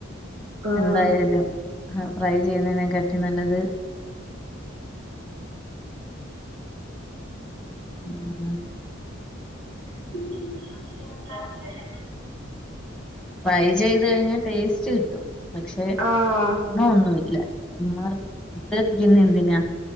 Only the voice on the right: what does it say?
ആഹ്
<unintelligible>
ആഹ്